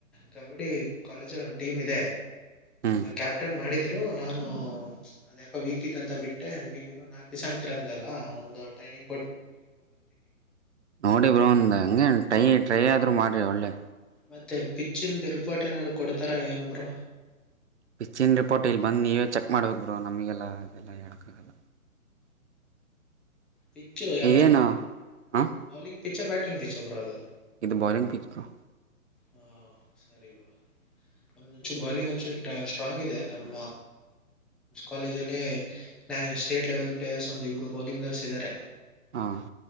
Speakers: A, in the centre; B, on the right.
A: ಕಬಡ್ಡಿ ಕಾಲೇಜಲ್ಲಿ ಒಂದು ಟೀಮ್ ಇದೆ
B: ಹ್ಞೂ
A: ಕ್ಯಾಪ್ಟನ್ ಮಾಡಿದ್ರು ನಾನು ಅದ್ ಯಾಕ್. ವೀಕಿತ್ ಅಂತ ಬಿಟ್ಟೆ ನೀವ ನಾಲ್ಕ್ ದಿವ್ ಅಂತರಂದಲ್ಲ ಒಂದು ಟ್ರೈನಿಂನಿನ್ಗ್.
B: ನೋಡಿ ಬ್ರೊ ಒಂದ ಹಂಗೆ ಟೈ ಟ್ರೈ ಆದ್ರರು ಮಾಡ್ರಿ ಒಳ್ಳೆ
A: ಮತ್ತೆ ಪಿಚ್ಚನ್ ರಿಪೋರ್ಟ್ ಏನಾದ್ರು ಕೊಡ್ತಾರ ಏನ್ ಬ್ರೊ
B: ಪಿಚ್ಚಿನ ರಿಪೋರ್ಟ್ ಇಲ್ಲಿ ಬಂದು ನೀವೇ ಚೆಕ್ ಮಾಡ್ಬೇಕು ಬ್ರೋ ನಮಗೆಲ್ಲ ಅದೆಲ್ಲ ಹೇಳ್ಕ್ಕಾಗಲ್ಲ.
A: ಪಿಚ್ಚು ಯಾವುದು
B: ಏನು ಹಾಂ
A: bowling pitch batting pitch bro ಅದು
B: ಇದು ಬಾಲಿಂಗ್ ಪಿಚ್ ಬ್ರೋ
A: ಹಾಂ ಸರಿ ಬ್ರೊ ನಮಂಚು ಬೌಲಿಂಗ್ ಒಂನ್ಚೂರ್ ಸ್ಟ್ರಾಂಗ್ ಇದೆ <unintelligible> ನಮ್ ಕಾಲೇಜ್ ಅಲ್ಲೆ <unintelligible> ಸ್ಟೇಟ್ ಲೆವೆಲ್ ಪ್ಲೇಯರ್ಸ್ ಒಂದು ಇಬ್ಬರು ಬೌಲಿಂಗರ್ಸ್ ಇದಾರೆ
B: ಹಾಂ